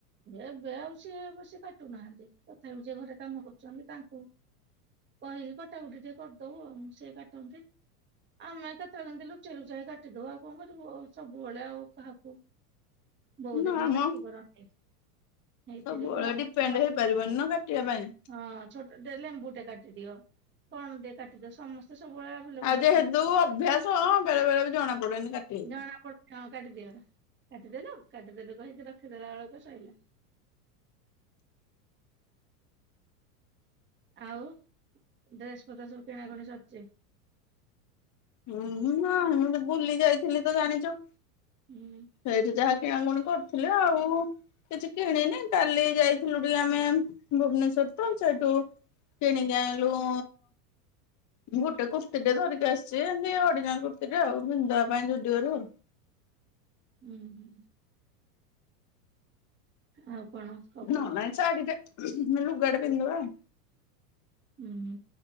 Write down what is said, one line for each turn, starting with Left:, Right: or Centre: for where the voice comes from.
Right: ଏବେ ଆଉ ସିଏ ବସି କାଟୁ ନାହାନ୍ତି, ତଥାପି ଯିଏ ଘରେ କାମ କରୁଛନ୍ତି ତାଙ୍କୁ କହିକି କଟାକଟି ଟିକେ କରିଦବୁ ଆଉ ସିଏ କାଟନ୍ତି। ଆମେ କେତେବେଳେ କେମିତି ଲୁଚେଇ, ଲୁଚେଇ କାଟିଦବା ଆଉ କଣ କରିବ ସବୁବେଳେ ଆଉ କାହାକୁ ବୋଉ
Left: ନା
Right: ଦେଖିଲେ
Left: ମ
Right: ପାଟି କରନ୍ତି। ହେଇଥି
Left: ସବୁବେଳେ
Right: ଯୋଗୁ ଆମ
Left: ଡିପେଣ୍ଡ ହେଇପାରିବନି ନା କାଟିବା ପାଇଁ।
Right: ହଁ ଛୋଟ ଟେ ଲେମ୍ବୁ ଟେ କାଟିଦିଅ, କଣ ଟେ କାଟିଦିଅ, ସମସ୍ତେ ସବୁବେଳେ ଆଭେଲେବୁଲ
Left: ଆଉ ଯେହେତୁ
Right: ନଥିବେ ନା
Left: ଅଭ୍ୟାସ ବେଳେ ବେଳେ ବି ଜଣା ପଡୁନି କାଟି ହେଇଯାଉ
Right: ଜଣା ପଡୁନି ହଁ କାଟିଦିଅ, କାଟିଦେଲୁ? କାଟିଦେଲୁ କହିକି ରଖିଦେଲା ବେଳକୁ ସଇଲା। ଆଉ ଡ୍ରେସ ପତ୍ର ସବୁ କିଣାକଣି ସରିଛି?
Left: ହୁଁ ନ ମୁତ ବୁଲି ଯାଇଥିଲି ତ ଜାଣିଛ?
Right: ହୁଁ
Left: ସେଇଠି ଯାହା କିଣା କୁଣି କରିଥିଲି ଆଉ। କିଛି କିଣିନି କାଲି ଯାଇଥିଲୁ ଟିକେ ଆମେ ଭୁବନେଶ୍ଵରତ ସେଇଠୁ କିଣିକି ଆଣିଲୁ ଗୋଟେ କୁର୍ତ୍ୀଟେ ଧରିକି ଆସିଚି ଏମିତି ଅଡ଼ିନାଲ କୁର୍ତ୍ତିୀଟେ ଆଉ ବିନ୍ଧବା ପାଇଁ ଯୁଡିଅରୁ।
Right: ଉଁ ହୁଁ ଆଉ କଣ? ଖବର
Left: ନହେଲେ ନାଇଁ ସାଢ଼ିଟେ ନହେଲେ ଲୁଗାଟେ ବିନ୍ଦିଦବା ଆଉ।
Right: ଉଁ ହୁଁ